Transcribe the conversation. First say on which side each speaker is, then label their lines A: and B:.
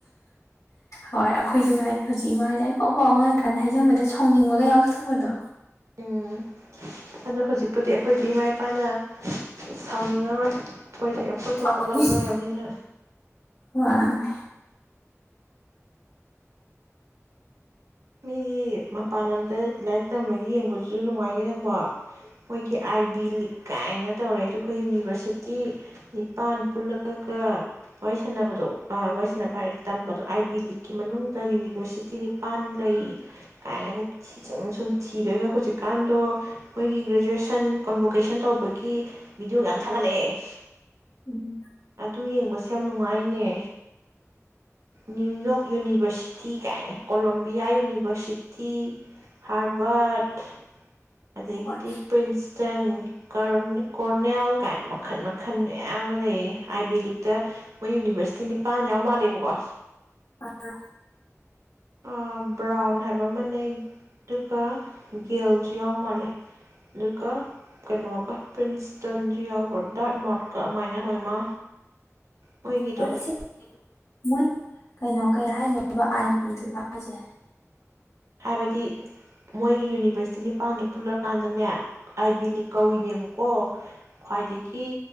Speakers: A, on the left (about 75°); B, on the right (about 70°).
A: ꯍꯣꯏ ꯑꯩꯈꯣꯏꯁꯨ ꯉꯥꯏꯔꯤ ꯍꯧꯖꯤꯛ ꯏꯃꯥ ꯑꯅ ꯂꯥꯏꯔꯤꯛ ꯄꯥꯎꯕꯥꯎ ꯑꯉꯥꯡ ꯑꯧꯏꯀꯥꯟꯗ ꯍꯥꯏꯖꯟꯕꯗ ꯁꯥꯎꯅꯤꯡꯕꯒ ꯌꯥꯎꯁꯜꯂꯛꯄꯗꯣ
B: ꯎꯝ ꯑꯗꯣ ꯍꯧꯖꯤꯛꯄꯨꯗꯤ ꯑꯩꯈꯣꯏꯗꯤ ꯏꯃꯥ ꯏꯄꯥꯅ ꯁꯥꯎꯅꯤꯡꯉꯔꯣꯏ ꯑꯩꯈꯣꯏꯗꯤ ꯑꯩꯈꯣꯏ ꯊꯣꯛꯄ
A: ꯁꯥꯎꯅꯤꯡ
B: ꯇꯧ ꯂꯩꯔꯝꯅꯤꯅ
A: ꯋꯥꯅꯦ
B: ꯃꯤꯒꯤ ꯃꯄꯥꯜ ꯂꯝꯗ ꯂꯥꯏꯔꯤꯛ ꯇꯝꯕꯒꯤ ꯌꯦꯡꯕꯖꯨ ꯅꯨꯡꯉꯥꯏꯅꯤ ꯅꯪꯕꯣ ꯃꯣꯏꯒꯤ ꯑꯥꯏ ꯕꯤ ꯂꯤꯛ ꯀꯥꯏꯅ ꯇꯧꯔꯦ ꯑꯗꯨꯒ ꯌꯨꯅꯤꯚꯔꯁꯤꯇꯤ ꯅꯤꯄꯥꯟ ꯄꯨꯜꯂꯒꯒ ꯋꯥꯔꯤ ꯁꯥꯟꯅꯕꯗꯣ ꯑ ꯋꯔꯤ ꯁꯥꯟꯅꯕ ꯑ ꯋꯥꯔꯤ ꯁꯅꯕ ꯑꯥꯏ ꯇꯝꯕꯗꯣ ꯑꯥꯏ ꯕꯤ ꯂꯤꯛꯀꯤ ꯃꯅꯨꯡꯗ ꯌꯨꯅꯤꯚꯔꯁꯤꯇꯤ ꯅꯤꯄꯟ ꯂꯩ ꯀꯥꯏꯅꯒ ꯁꯨꯝ ꯁꯨꯝ ꯊꯤꯔꯒ ꯍꯨꯖꯤꯛꯀꯥꯟꯗꯣ ꯃꯣꯏꯒꯤ ꯒ꯭ꯔꯦꯖꯨꯑꯦꯁꯟ ꯀꯣꯟꯚꯣꯀꯦꯁꯟ ꯇꯧꯕꯒꯤ ꯚꯤꯗꯤꯑꯣ ꯌꯥꯝ ꯊꯥꯒꯠꯂꯛꯑꯦ
A: ꯎꯝ
B: ꯑꯗꯨ ꯌꯦꯡꯕꯁꯦ ꯌꯥꯝ ꯅꯨꯡꯉꯥꯏꯅꯦ ꯅ꯭ꯌꯨꯌꯣꯛ ꯌꯨꯅꯤꯚꯔꯁꯤꯇꯤ ꯀꯥꯏꯅ ꯀꯣꯂꯣꯝ ꯕꯤꯑꯥ ꯌꯨꯅꯤꯚꯔꯁꯤꯇꯤ ꯍꯥꯔꯕꯥꯔꯠ ꯑꯗꯒꯤꯗꯤ
A: ꯍꯣꯏ
B: ꯄ꯭ꯔꯤꯟꯁꯇꯟ ꯀꯔꯟ ꯀꯣꯔꯅꯦꯜ ꯀꯥꯏꯅ ꯃꯈꯜ ꯃꯈꯜ ꯃꯌꯥꯝ ꯑꯃ ꯂꯩꯌꯦ ꯑꯥꯏ ꯕꯤ ꯂꯤꯛꯇ ꯃꯣꯏ ꯌꯨꯅꯤꯚꯔꯁꯤꯇꯤ ꯅꯤꯄꯥꯟ ꯌꯥꯎ ꯃꯥꯜꯂꯦꯕꯀꯣ
A: ꯑ ꯑ
B: ꯑ ꯕ꯭ꯔꯥꯎꯟ ꯍꯥꯏꯕ ꯑꯃ ꯅꯩ ꯑꯗꯨꯒ ꯒꯦꯜꯁꯨ ꯌꯥꯎ ꯃꯥꯜꯂꯦ ꯑꯗꯨꯒ ꯀꯩꯅꯣꯒ ꯄ꯭ꯔꯤꯟꯁꯇꯟꯁꯨ ꯌꯥꯎꯕ꯭ꯔ ꯗꯥꯠ ꯃꯣꯠꯀ ꯑꯧꯃꯥꯏꯅ ꯍꯣꯏ ꯃꯥ ꯑꯣꯏꯒꯤ
A: ꯍꯣꯏ
B: ꯗꯣ
A: ꯏꯆꯦ ꯃꯣꯏ ꯀꯩꯅꯣ ꯀꯩ ꯍꯥꯏꯅꯣꯏꯕ ꯑꯥꯏ ꯕꯤ ꯍꯥꯏꯁꯦ
B: ꯍꯥꯏꯕꯗꯤ ꯃꯣꯏꯒꯤ ꯌꯨꯅꯤꯚꯔꯁꯤꯇꯤ ꯅꯤꯄꯥꯟꯗ ꯄꯨꯜꯂꯛꯀꯥꯟꯗꯅꯦ ꯑꯥꯏ ꯕꯤꯂꯤ ꯀꯧꯏꯅꯦꯕꯀꯣ ꯈ꯭ꯋꯥꯏꯗꯒꯤ